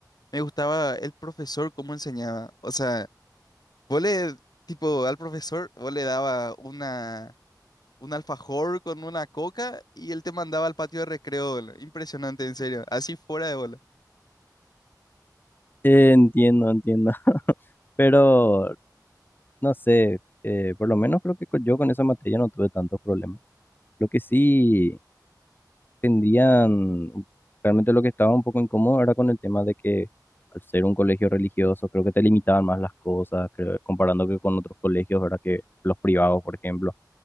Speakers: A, on the left; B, on the left.
A: me gustaba el profesor cómo enseñaba. O sea, vos le, tipo, al profesor, vos le daba una... un alfajor con una coca y él te mandaba al patio de recreo, boludo. Impresionante, en serio. Así fuera de bola.
B: Eh, entiendo, entiendo, <laughs> pero no sé, eh, por lo menos creo que con- yo con esa materia no tuve tantos problemas. Lo que sí... tendrían, realmente lo que estaba un poco incómodo era con el tema de que al ser un colegio religioso, creo que te limitaban más las cosas, creo- comparando que con otros colegios, ¿verdad? Que los privados, por ejemplo,